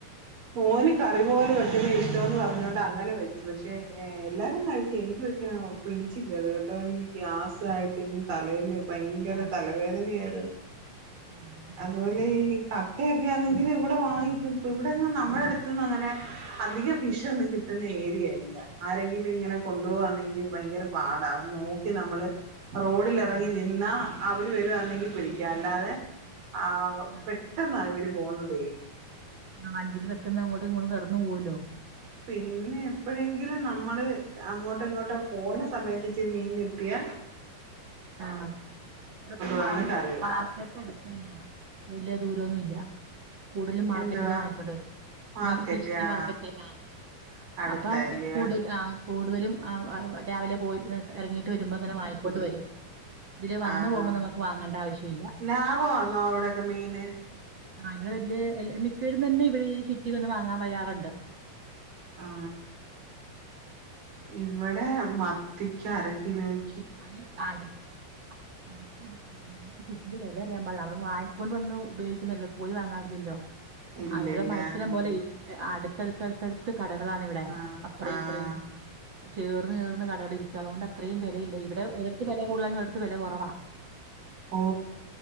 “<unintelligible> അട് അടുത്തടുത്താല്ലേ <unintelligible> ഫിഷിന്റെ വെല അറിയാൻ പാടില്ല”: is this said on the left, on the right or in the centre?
Right